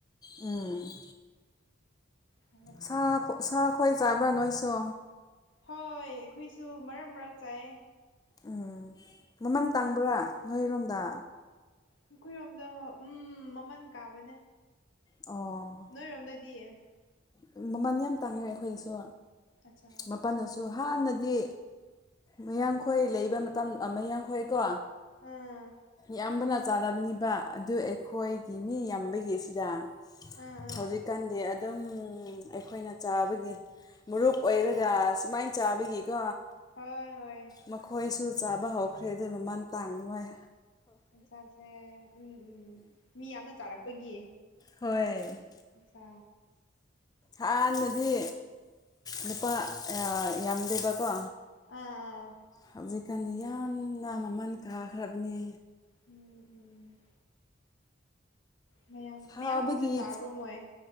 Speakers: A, on the left; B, on the left.
A: ꯎꯝ
B: ꯍꯥꯎꯕ ꯆꯥꯗꯦ
A: ꯁꯥꯒ ꯑꯣꯛꯁꯥ ꯈꯣꯏ ꯆꯥꯕ꯭ꯔꯥ ꯅꯣꯏꯁꯨ
B: ꯍꯣꯏ ꯑꯩꯈꯣꯏꯁꯨ ꯃꯔꯛ ꯃꯔꯛꯇ ꯆꯥꯏ
A: ꯎꯪ ꯃꯃꯜ ꯇꯥꯡꯕ꯭ꯔꯥ ꯅꯣꯏꯔꯣꯝꯗ
B: ꯑꯩꯈꯣꯏꯔꯣꯝꯗꯣ ꯎꯝ ꯃꯃꯜ ꯀꯥꯕꯅꯦ
A: ꯑꯣ
B: ꯅꯣꯏꯔꯣꯝꯗꯗꯤ
A: ꯃꯃꯜ ꯌꯥꯝ ꯇꯥꯡꯉꯦ ꯑꯩꯈꯣꯏꯁꯨ
B: ꯑꯠꯆꯥ
A: ꯃꯄꯜꯗꯁꯨ ꯑꯗꯨ ꯍꯥꯟꯅꯗꯤ ꯃꯌꯥꯡꯈꯣꯏ ꯂꯩꯕ ꯃꯇꯝ ꯃꯌꯥꯡꯈꯣꯏꯀꯣ
B: ꯑꯥ
A: ꯌꯥꯝꯕꯅ ꯆꯥꯗꯕꯅꯤꯕ ꯑꯗꯨ ꯑꯩꯈꯣꯏꯒꯤ ꯃꯤ ꯌꯥꯝꯕꯒꯤꯁꯤꯗ
B: ꯑꯥ ꯑꯥ
A: ꯍꯧꯖꯤꯛꯀꯥꯟꯗꯤ ꯑꯗꯨꯝ ꯑꯩꯈꯣꯏꯅ ꯆꯥꯕꯒꯤ ꯃꯔꯨꯞ ꯑꯣꯏꯔꯒ ꯁꯨꯃꯥꯏꯟ ꯆꯥꯕꯒꯤꯀꯣ
B: ꯍꯣꯏ ꯍꯣꯏ
A: ꯃꯈꯣꯏꯁꯨ ꯆꯥꯕ ꯍꯧꯈ꯭ꯔꯦ ꯑꯗꯨ ꯃꯟ ꯇꯥꯡꯉꯣꯏ
B: ꯑꯆꯥꯁꯦ ꯎꯝ ꯎꯝ ꯃꯤ ꯌꯥꯝꯅ ꯆꯥꯔꯛꯄꯒꯤ
A: ꯍꯣꯏ
B: ꯑꯆꯥ
A: ꯍꯥꯟꯅꯗꯤ
B: ꯎꯝ
A: ꯅꯨꯄ ꯌꯥꯝꯗꯦꯕꯀꯣ
B: ꯑꯥ ꯑꯥ
A: ꯍꯧꯖꯤꯛꯀꯥꯟꯗꯤ ꯌꯥꯝꯅ ꯃꯃꯟ ꯀꯥꯈ꯭ꯔꯕꯅꯦ
B: ꯎꯝ ꯎꯝ ꯃꯌꯥꯡ
A: ꯁꯥꯕꯒꯤ
B: ꯃꯌꯥꯡ ꯍꯣꯏꯁꯨ ꯆꯥꯕ꯭ꯔ ꯃꯣꯏ